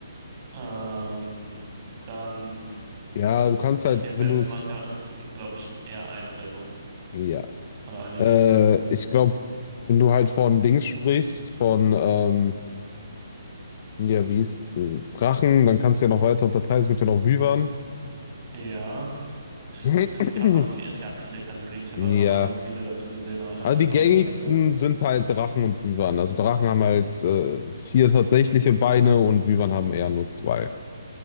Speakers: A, on the right; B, on the left.
A: Ähm, dann,
B: Ja, du kannst halt,
A: okay, Sensenmann
B: wenn du es,
A: kann, ist, glaube ich, eher eine Person
B: ja.
A: oder eine
B: Äh,
A: Kreatur.
B: ich glaube, wenn du halt von Dings sprichst, von, ähm, ja, wie ist, äh, Drachen, dann kannst du ja noch weiter unterteilen, es gibt ja noch Wyvern.
A: Ja,
B: <clears throat>
A: es gab noch viel, es gab viele Kategorien. Ich habe
B: Ja.
A: irgendwann mal ein ganzes Video dazu gesehen, aber ich habe
B: Also
A: sie jetzt
B: die
A: auch
B: gängigsten
A: nicht an dem Kopf.
B: sind halt Drachen und Wyvern. Also Drachen haben halt äh, vier tatsächliche Beine und Wyvern haben eher nur zwei.